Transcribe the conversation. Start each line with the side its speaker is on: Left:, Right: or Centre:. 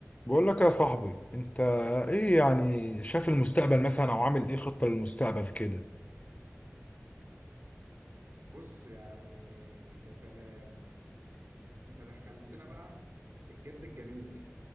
Left: بقول لك يا صاحبي انت ايه يعني شايف المستقبل مثلا او عامل ايه خطة للمستقبل كده
Right: بص يعني يا سلام انت دخلتنا بقى في الجد الجميل